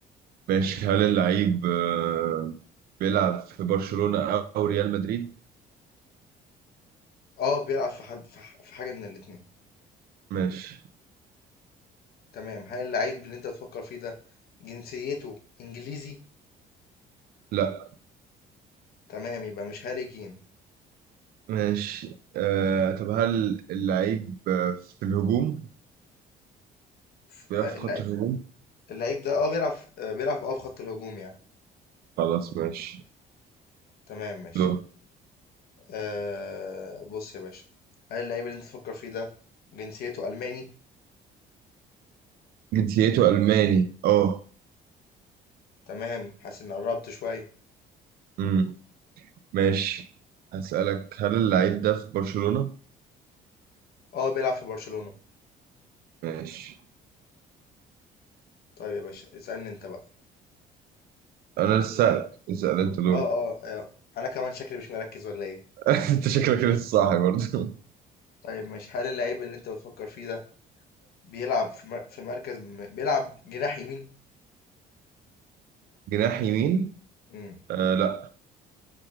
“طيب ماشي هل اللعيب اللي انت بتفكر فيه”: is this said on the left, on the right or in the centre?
Left